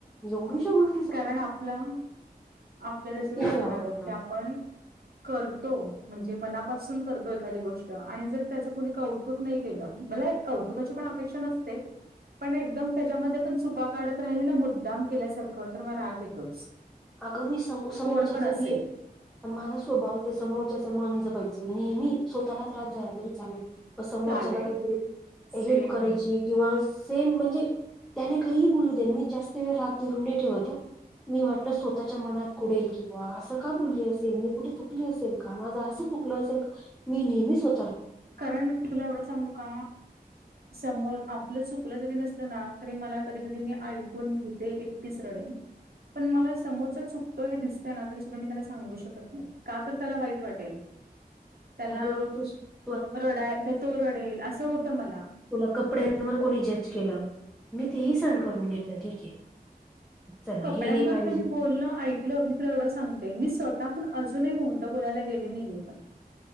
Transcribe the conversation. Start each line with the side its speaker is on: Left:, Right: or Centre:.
Centre: एवढूशा गोष्ट
Right: कारण आपलं आपल्यात
Centre: मग
Right: असच
Centre: ते नाही
Right: असतं
Centre: आवडत
Right: ना ग
Centre: मला
Right: की आपण करतो म्हणजे मनापासून करतो एखादी गोष्ट आणि जर त्याच कुणी कौ तुक नाही केलं मला एक कौतुकाची पण अपेक्षा नसते पण एकदम त्याच्यामध्ये पण चुका काढत राहिली ना मुद्दाम केल्यासारखं तर म राग येतोच.
Centre: आग मी समो-समोरच्याच
Right: कोण पण असेल
Centre: नी पण माझा स्वभाव त्या समोरच्याच मन जपायचं. नेहमी स्वतःला त्रास झाला तरी चालेल. क समोरच्याला
Right: चालेल
Centre: काहीतरी
Right: सेम
Centre: हेल्प करायची
Right: आहे
Centre: किंवा सेम म्हणजे त्याने काहीही बोलू दे मी जास्त वेळ राग धरून नाही ठेवत ह. मी वाट आपलं स्वतःच्या मनात कुडेल कि, बुवा असं का बोलली असेल, मी कुठे चुकली असेल का? माझं असं चुकलं असेल का? मी नेहमी स्व
Right: कारण तुला एवढं सांगू का? समोर आपलं चुकलं जरी नसलं ना तरी मला कधी कधी मी ऐकून घेते एकटीच रडेन. पण मला समोरचा चुकतोय हे दिसतंय ना तरी सुद्धा मी त्याला सांगू शकत नाही का तर त्याला वाईट वाटेल.
Centre: <inaudible>
Right: त्याला
Centre: अगं तु सु
Right: रडाय तो रडेल असं होतं मला.
Centre: तुला कपड्यात कपडयांवर कोणी जज केलं मी तेही सहन करून घेतलं ठीक आहे. चला हे
Right: कपड्यांवर
Centre: नाही पाहिजे
Right: तर मी बोलण ऐ कल मी तुला एवढं सांगतेय मी स्वतःहून अजूनही उलटं बोलायला गेले नाहीेये पण.